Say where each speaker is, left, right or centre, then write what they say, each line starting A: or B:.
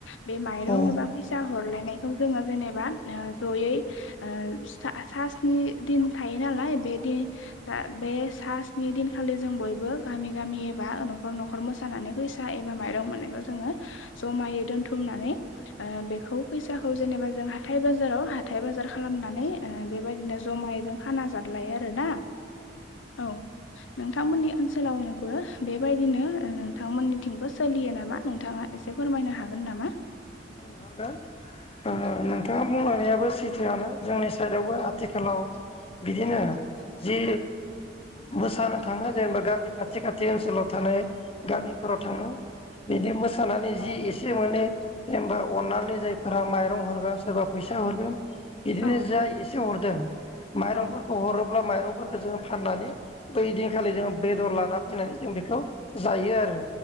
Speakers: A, on the left; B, on the left.
A: बे माइरं
B: औ
A: एबा फैसा हरलायनायखौ जोङो जेनेबा ओ जयै ओ सिथा सास्नि दिन थायो नालाय बेदि दा बे सा स्नि दिनखालि जों बयबो गामि गामि एबा न'खर न'खर मोसानानै फैसा एबा माइरं मोननायखौ जोङो जमायै दोनथुम नानै ओ बेखौ फैसाखौ जेनेबा जों हाथाय बाजाराव हाथाय बाजार खालामनानै ओ बे बेबायदिनो जमाय खाना जादलायो आरोना औ नोंथांमोननि ओनसो सोलावनोबो बेबायदिनो ओ नोंथांमोननिथिंबो सोलियो नामा नोंथाङा एसे फोरमायनो हागोन नामा? <inaudible>
B: <inaudible> नोंथाङा बुंलांनायाबो सैथोआनो
A: औ
B: जोंनि साइडआवबो
A: ओं
B: आथिखालाव बिदिनो जि मोसानो थाङा जेनेबा गामि खाथि खाथि ओनसोलाव थानाय गामिफोराव
A: औ
B: थाङो बिदि मोसानानै
A: औ
B: जि एसे मोननै जेनबा अननानै मे जायफोरा माइरं हरगोन सोरबा फैसा हरगोन। बिदिनो
A: औ
B: जाय एसे हरदों माइरंफोरखौ
A: औ
B: हरो। अब्ला माइरंफोरखौ जोङो फाननानै बैदिनखालि जोङो बेदर लाना फैनानै जों बेखौ जायो आरो।